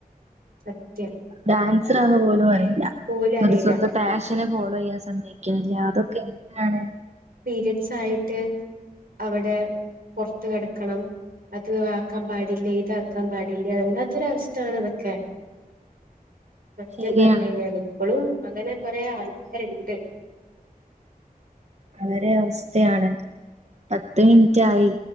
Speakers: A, on the right; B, on the right.
A: സത്യം.
B: ഡാൻസറാന്ന് പോലും അറിയില്ല.
A: പോലും
B: ഇന്നട്ട്
A: അറിയില്ല
B: സ്വന്തം പാഷൻ നെ ഫോളോ ചെയ്യാൻ സമ്മയ്ക്ണില്ല. അതൊക്കെ എന്താണ്?
A: പീരിയഡ്സ് ആയിട്ട് അവിടെ പൊർത്ത് കെടക്കണം. അത് ആക്കാൻ പാടില്ല ഇതാക്കാൻ പാടില്ല വല്ലാത്തൊരവസ്ഥേണ് ഇതൊക്കെ സത്യം
B: ശരിയാണ്
A: പറഞ്ഞഴിഞ്ഞാല്. ഇപ്പളും അങ്ങനെ കൊറെ ആൾക്കാര്ണ്ട്.
B: വളരെ അവസ്ഥയാണ് പത്ത് മിൻറ്റ് ആയി